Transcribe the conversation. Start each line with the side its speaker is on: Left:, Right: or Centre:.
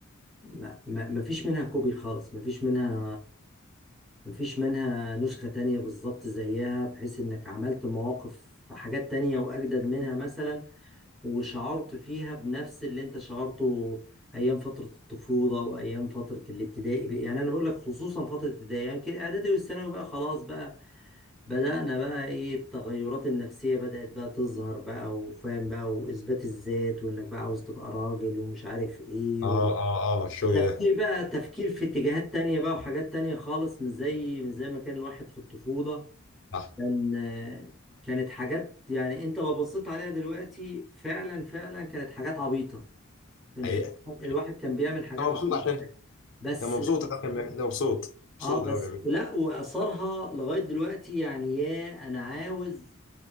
Centre: ما, ما, ما فيش منها كوبي خالص ما فيش منها ما فيش منها نسخة تانية بالظبط زيها بحيث انك عملت مواقف في حاجات تانية واجدد منها مثلا وشعرت فيها بنفس اللي انت شعرته ايام فتره الطفوله وايام فتره الابتدائي بقى. يعني انا بقول لك خصوصا فتره الابتدائي يعني يمكن الاعدادي والثانوي بقى خلاص بقى بدانا بقى ايه التغيرات النفسيه بدات بقى تظهر بقى وفاهم بقى واثبات الذات وانك بقى عاوز تبقى راجل ومش عارف ايه
Left: اه
Centre: و...
Left: اه اه الشغل
Centre: تفكير
Left: ده
Centre: بقى تفكير في اتجاهات تانية بقى وحاجات تانية خالص مش زي مش زي ما كان الواحد في الطفولة
Left: صح
Centre: كان آه، كانت حاجات يعني انت لو بصيت عليها دلوقتي فعلا فعلا كانت حاجات عبيطة كان-
Left: حقيقة
Centre: الواحد
Left: حقيقة
Centre: كان بيعمل حاجات
Left: انا مبسوط
Centre: عبيطة
Left: عشان
Centre: بس
Left: انا مبسوط عشان بيعمل- انا مبسوط مبسوط
Centre: اه
Left: اللي
Centre: بس
Left: هو بيعمله
Centre: لا واثرها لغاية دلوقتي يعني يا انا عاوز